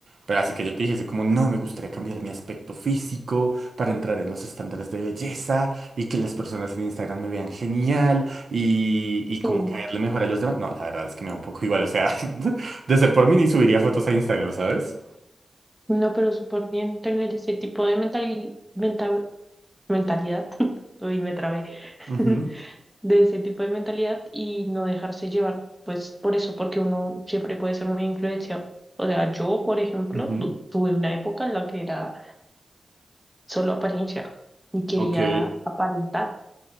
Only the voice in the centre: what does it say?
Sí.
No, pero súper bien tener ese tipo de mentali- menta- mentalidad. <laughs> Uy, me trabé.
<laughs> de ese tipo de mentalidad y no dejarse llevar, pues por eso, porque uno siempre puede ser muy influenciado. O sea, yo, por ejemplo,
tu- tuve una época en la que era solo apariencia y quería
aparentar